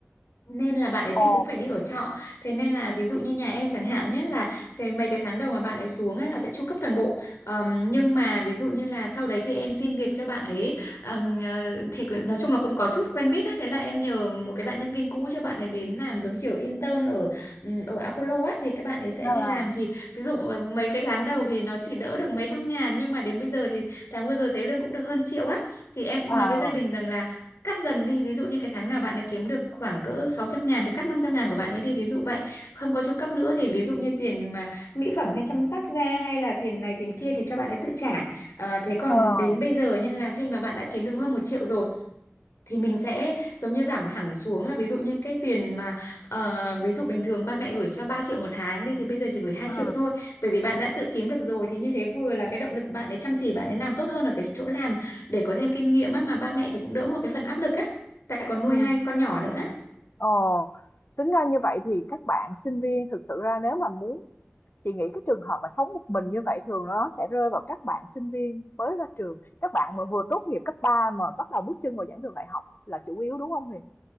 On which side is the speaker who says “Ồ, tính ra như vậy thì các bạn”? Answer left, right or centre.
Left